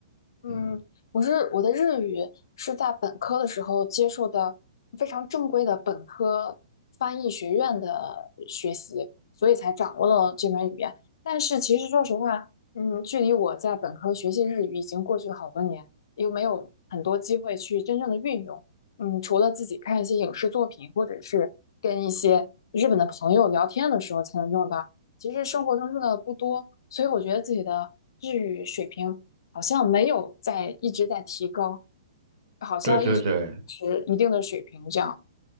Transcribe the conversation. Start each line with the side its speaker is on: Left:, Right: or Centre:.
Left: 嗯，
Right: 嗯，
Left: 我是我的日语是在本科的时候接受的非常正规的本科翻译学院的学习，所以才掌握了这门语言。但是其实说实话，嗯，距离我在本科学习日语已经过去了好多年，又没有很多机会去真正的运用。嗯，除了自己看一些影视作品，或者是跟一些日本的朋友聊天的时候才能用到。其实生活中用的不多，所以我觉得自己的日语水平好像没有在一直在提高，好像一直持一定的水平这样。
Right: 对对对，